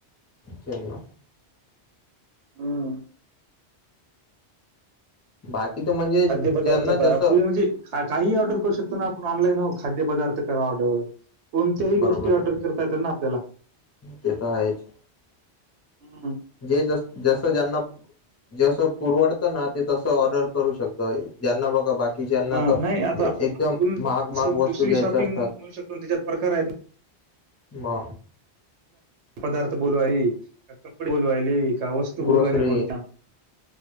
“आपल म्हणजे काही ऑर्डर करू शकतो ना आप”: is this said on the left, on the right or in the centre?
Right